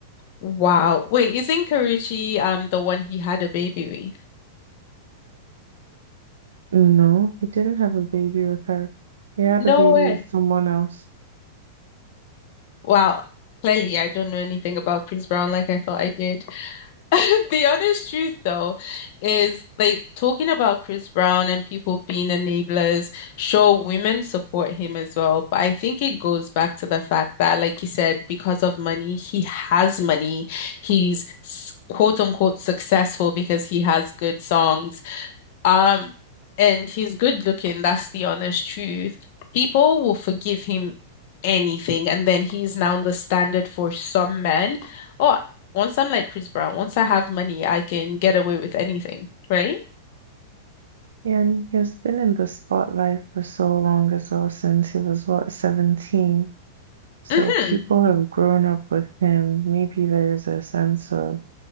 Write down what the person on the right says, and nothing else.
No, he didn't have a baby with her. He had
a
baby
with someone else.
And he has been in the spotlight for so long as well, since he was, what, 17? So
people have grown up with him. Maybe there's a sense of